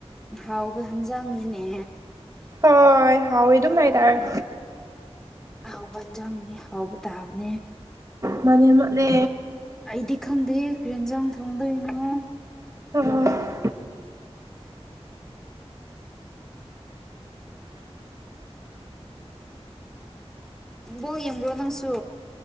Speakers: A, in the centre; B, on the right.
A: ꯍꯥꯎꯕ ꯍꯤꯟꯖꯥꯡꯅꯤꯅꯦ
B: ꯍꯣꯏ ꯍꯥꯎꯋꯦ ꯗꯨꯝ ꯍꯥꯏꯇꯥꯔꯦ
A: ꯑꯍꯥꯎꯕ ꯍꯦꯟꯖꯥꯡꯅꯤ ꯍꯥꯎꯕ ꯇꯥꯕꯅꯦ
B: ꯃꯥꯟꯅꯤ ꯃꯠꯅꯦ
A: ꯑꯩꯗꯤ ꯈꯪꯗꯦꯌꯦ ꯀꯔꯤ ꯍꯦꯟꯖꯥꯡ ꯊꯣꯡꯗꯣꯏꯅꯣ
B: <unintelligible>
A: ꯕꯣꯜ ꯌꯦꯡꯕ꯭ꯔꯣ ꯅꯪꯁꯨ